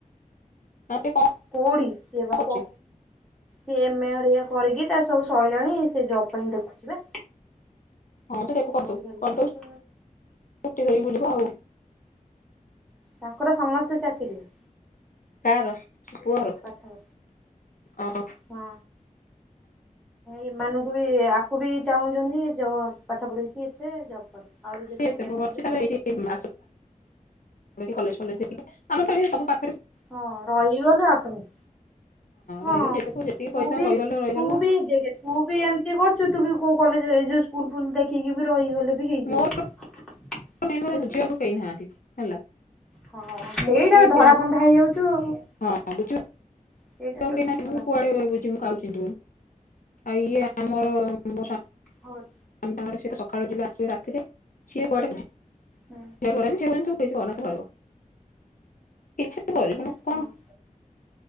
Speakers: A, on the left (about 70°); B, in the centre.
A: ନା ସେ କଣ
B: କୋଉଡ଼ି ସେ ପା
A: କରୁଛି
B: ପ ସିଏ ଏମେ ହେରିଆ କରିକି ତା ସବୁ ସଇଲାଣି ସେ ଜବ ପାଇଁ ଦେଖୁଛି ବା।
A: ହଁ ସେ ଦେଖୁ କରିଦଉ
B: କୋଉଠି ହେଲେ
A: କରିଦଉ
B: ପଇସା
A: ସ୍କୁଟି ଧରିକି ବୁଲିବ ଆଉ।
B: ତାଙ୍କର ସମସ୍ତେ ଚାକିରିଆ।
A: କାର ପୁଅର
B: ପାଠ
A: ଓହୋ
B: <unintelligible> ଆ ହଁ। ଏମାନଙ୍କୁ ବି ଆକୁ ବି ଚାହୁଁଛନ୍ତି ଜ ପାଠ ପଢିଛି ଏତେ ଜବ୍ କରୁ। ଆହୁରି
A: ଆଉ
B: ଯଦି
A: ସେ ଏତକ
B: ପଢିବାକୁ
A: କରିଛି
B: ଚାହୁଁଛି
A: ତାକୁ
B: ପଢ
A: ଏଇଠି <inaudible> କଲେଜ ଫଲେଜ ଦେଖିକି ଆମର ତ ଏଠି ସବୁ ପାଖରେ ସୁ
B: ହଁ ରହିଗଲେ ଅଟମେ। ହଁ
A: ରହିଗଲେ ଯେତେ
B: ତୁ
A: ଯେତିକି ପଇସା
B: ବି
A: ରହିଗଲେ
B: ତୁ
A: ରହିଗଲା
B: ବି ଦେଖେ। ତୁ ବି ଏମିତି କରୁଛୁ ତୁ ବି କୋଉ କଲେଜରେ ଏଇ ଯୋଉ ସ୍କୁଲ, ଫୁଲ ଦେଖିକି ବି ରହିଗଲେ। ସେତିକି ହେଇଯିବ
A: ମୋର
B: ସେତିକି।
A: ମେନ୍ କଥା ବୁଝିବାକୁ କେହି ନାହାନ୍ତି ହେଲା।
B: ହଁ ସେଇଟା
A: ମୋର କିଏ
B: ବା ଧରା ବନ୍ଧା ହେଇଯାଉଛୁ ଆଉ।
A: ହଁ ହଁ ବୁଝୁଲୁ।
B: ସେଇଟା ତତେ
A: କେନାକ
B: ଧରା
A: କୁଆଡ଼େ ବୁଝୁ ମୁଁ କାଉଛନ୍ତି ଆଉ ଇଏ ଆମର ମୋ ସ୍ୱାମୀ।
B: ହୋଲ୍।
A: ଆମେ ତାଙ୍କର ସିଏ ତ ସକାଳୁ ଯିବେ ଆସିବେ ରାତିରେ ସିଏ କୁଆଡ଼େ ନାହିଁ।
B: ହୁଁ।
A: ସେ ତୁ କିଛି କରନା ତୁ ଘରେ ବ କିଛି ତ କରିବୁ ନା କ'ଣ।
B: ହଁ